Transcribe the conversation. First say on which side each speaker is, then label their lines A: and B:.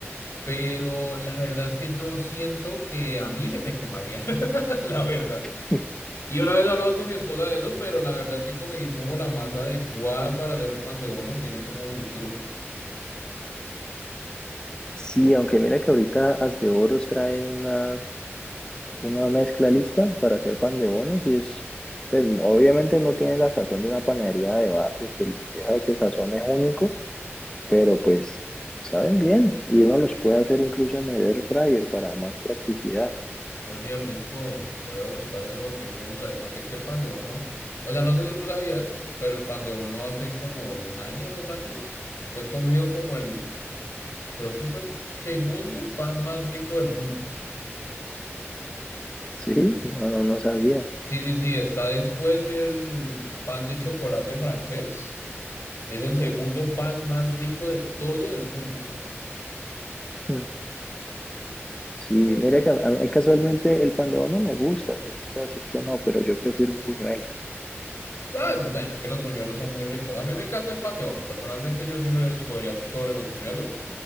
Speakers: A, on the left; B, on the left.
A: Pero la verdad es que yo siento que a mí se me quemaría, <laughs> la verdad.
B: <laughs>
A: Y una vez hablamos con mi esposa de eso, pero la verdad es que conseguir como la masa adecuada para hacer el pan de bono tiene como su truco.
B: Sí, aunque mira que ahorita As de Oros trae una, una mezcla lista para hacer pan de bonos y es, pues, obviamente no tiene la sazón de una panadería de barrio, que, que ese sazón es único, pero pues saben bien y uno los puede hacer incluso en el air fryer para más practicidad.
A: Oye, rico, voy a buscar eso porque sí me gustaría, porque es que el pan de bono, o sea, no sé si tú sabías, pero el pan de bono hace como un año, dos años, fue escogido como el, creo que fue el segundo pan más rico del mundo.
B: Sí, no, no, no sabía.
A: Sí, sí, sí, está después del pan de chocolate francés, es el segundo pan más rico de todo el mundo.
B: Mm. Sí,
A: Entonces,
B: mira que a a mí casualmente el pan de bono me gusta, pues no te voy a decir que no, pero yo prefiero un buñuelo.
A: ah, bueno, es que los buñuelos son muy ricos. A mí me encanta el pan de bono, personalmente yo sí lo escogería sobre los buñuelos.